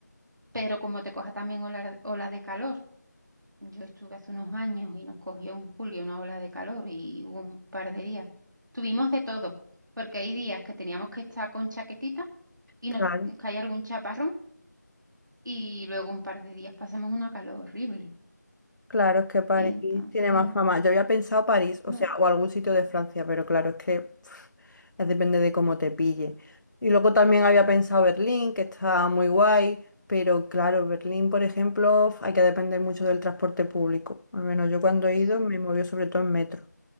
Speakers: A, on the right (about 80°); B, on the left (about 75°).
A: pero como te coja también ola, ola de calor, yo estuve hace unos años y nos cogió en julio una ola de calor y hubo un par de días. Tuvimos de todo, porque hay días que teníamos que estar con chaquetita y
B: claro.
A: nos caía algún chaparrón y luego un par de días pasamos una calor horrible.
B: Claro, es que París
A: Entonces,
B: tiene más fama. Yo había pensado París,
A: mm,
B: o sea, o algún sitio de Francia, pero claro, es que pf, es depende de cómo te pille. Y luego también había pensado Berlín, que está muy guay, pero claro, Berlín, por ejemplo, f- hay que depender mucho del transporte público. Al menos yo cuando he
A: sí,
B: ido me movió sobre todo en metro